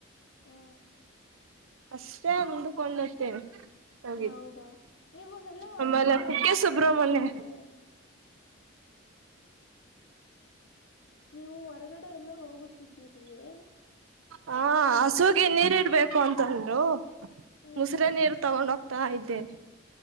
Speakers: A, on the left; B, on the right.
A: ಹ್ಮ
B: ಅಷ್ಟೇ ಉಂದುಕೊಂಡುತ್ತೇನೆ ಹಾಗ
A: ಹೌದಾ ನೀವು ಎಲ್ಲೋ ಹೊರಗಡೆ
B: ಆಮ್ಮಲೆ
A: ಹೋಗುತ್ತಿರೋ
B: ಕುಕ್ಕೆ ಸುಬ್ರ್ಮಣ್ಯ
A: ಹಾಗೆ ಇದೆ ನೀವು ಹೊರಗಡೆ ಎಲ್ಲೋ ಹೋಗುತ್ತಿದ್ದೀರಿಯೇ
B: ಹಾ ಹಸೂಗೆ ನೀರ ಇಡ್ಬೇಕು ಅಂತಂದರು
A: ಹ್ಮ್
B: ಮುಸರಿನಿರು ತಗೊಂಡ ಹೋಗ್ತಾ ಇದ್ದೇನೆ